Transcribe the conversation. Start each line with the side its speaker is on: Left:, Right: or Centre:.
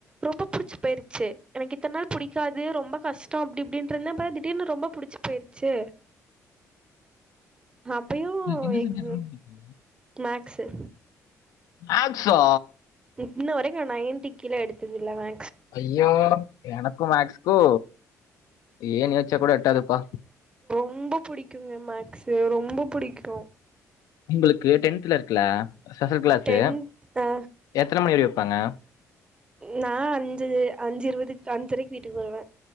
Right: ரொம்ப புடிச்சு போயிற்ச்சு எனக்கு இத்தன்ன நாள் புடிக்காது ரொம்ப கஷ்டோ அப்டி இப்டினு த்திருந்தே பா திடீர்னு ரொம்ப புடிச்சு போயிருச்சு அப்பேயு
Left: எந்த
Right: எக்
Left: சப்ஜெக்ட் ரொம்ப பிடிக்கும்
Right: மாக் க்ஸு
Left: மேக்ஸா
Right: இன்ன வரேக்கு நா நைன்டிக்கு கில எடுத்து துதில்ல மே
Left: ஐயோ எனக்கு மேக்ஸ்க்கு ஏணியே வச்சாக் கூட எட்டாதுப்பா
Right: ரொம்ப புடிக்குங்க மேக்ஸ்சு ரொம்ப புடிக்கு
Left: உங்களுக் க்கு டென்த்ல இருக்குல்ல ஸ்பெஷல் க்ளாஸ்சு
Right: டென்த் அ
Left: எத்தன மணி வரயு பங்க
Right: நா அஞ்சு அஞ்சு இருவதுக் அஞ்சரைக்கி வீட்டுக்கு வருவே